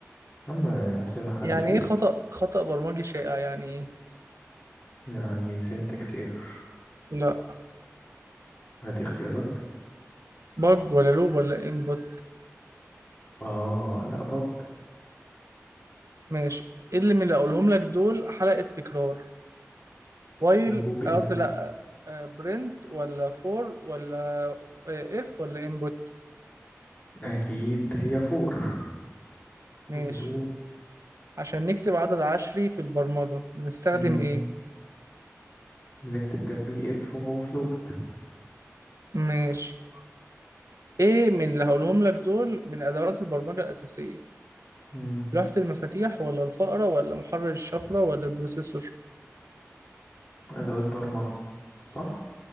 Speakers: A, on the left (about 40°); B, on the right (about 80°).
A: عم هات لنا حد
B: يعني
A: تقيل
B: ايه خطأ خطأ برمجي شائع يعني ايه
A: يعني سنتكس ايرور
B: لا
A: هات اختيارات
B: بج ولا لوب ولا انبوت
A: اه لا بج
B: ماشي ايه اللي من اللي هقولهم لك دول حلقة تكرار وايل
A: لوب يعني
B: قصدي لا آه، برنت ولا فور ولا آه، اف ولا انبوت
A: اكيد هي فور
B: ماشي
A: فور لوب
B: عشان نكتب عدد عشري في البرمجة بنستخدم
A: مم.
B: ايه
A: بنكتب جنبيه اف وهو فلوت
B: ماشي ايه من اللي هقولهم لك دول من ادوات البرمجه الاساسيه
A: مم.
B: لوحه المفاتيح ولا الفأره ولا محرر الشفره ولا البروسيسور
A: ادوات برمجة صح